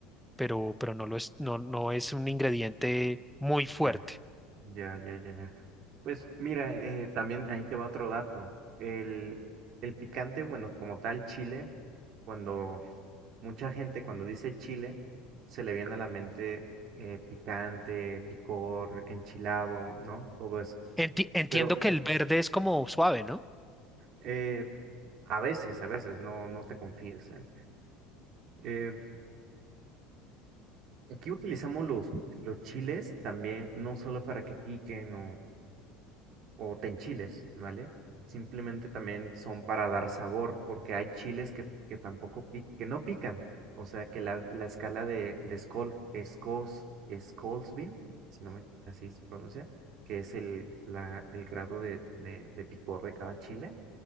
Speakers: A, in the centre; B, on the right.
A: pero, pero no lo es, no, no es un ingrediente muy fuerte.
B: Ya, ya, ya, ya, ya. Pues mira, eh, también ahí te va otro dato. El, el picante, bueno, como tal, chile, cuando mucha gente cuando dice chile, se le viene a la mente eh, picante, picor, enchilado, ¿no? Todo eso.
A: Enti- entiendo
B: Pero
A: que el verde es como suave, ¿no?
B: eh, a veces, a veces, no, no te confíes, ¿eh? Eh, aquí utilizamos los, los chiles también, no solo para que piquen o tenchiles, ¿vale? Simplemente también son para dar sabor, porque hay chiles que, que tampoco pic- que no pican. O sea que la, la escala de, de Skol, Scos- Scoville, si no me así se pronuncia, que es el, la, el grado de, de, de picor de cada chile,